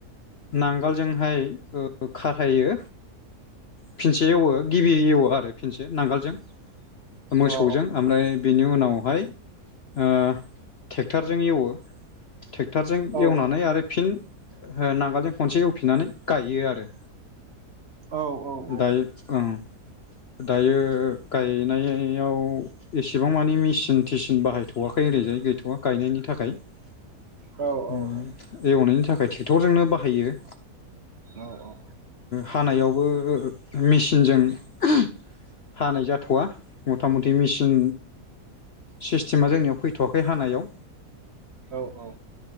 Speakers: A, on the left; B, on the right.
A: नांगालजोंहाय ओ खाथायो फिन से एवो गिबि एवो आरो फिनसे नांगोलजों
B: अ
A: मोसौजों
B: अ
A: ओमफ्राय बेनि उनाव बेहाय ओ ट्रेक्टरजों एवो ट्रेक्टरजों
B: औ
A: एवनानै आरो फिन हो नांगोल खनसे एवफिनानै गायो आरो
B: औ औ औ औ
A: दायो ओं दायो गायनायाव एसेबां मानि मेचिन थिसिन बाहायथ'वाखै ओरैजाय गैथ'वा गायनायनि थाखाय उम
B: औ अ
A: उम एवनायनि थाखाय टेखरजोंनो बा हायो
B: औ औ औ
A: हानायावबो मिसिनजों <unintelligible> हानाय जाथ'वा मथा मथि मेसिन सिस्टेमा जोंनियाव फैथ'वाखै हानायाव
B: औ औ औ